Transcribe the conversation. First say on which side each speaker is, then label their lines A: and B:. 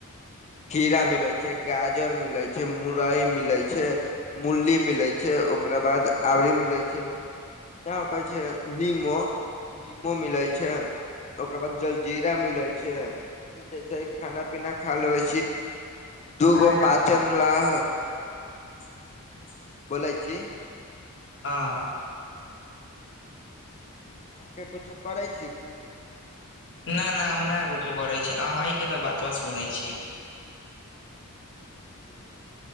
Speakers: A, on the left (about 30°); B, on the left (about 55°).
A: खीरा मिलैय छै गाजर मिलैय छै मुरई मिलैय छै कुनडली मिलैत छै ओकरा बाद आबरी मिलैत छै न कह छै निमो निमो मिला छै ओकर बाद जलजीरा मिलै छै फिर जैसे खाना पीना खा लेबै दू
B: अहाँके
A: गो पाचन
B: तऽ
A: लऽ
B: <unintelligible>
A: बोलाय छी
B: हँ
A: अहाँके कुछो करै छी की
B: नहि नहि हम नहि कुछो करै छी अहीं के तऽ बात बा सुनै छी
A: जी <inaudible>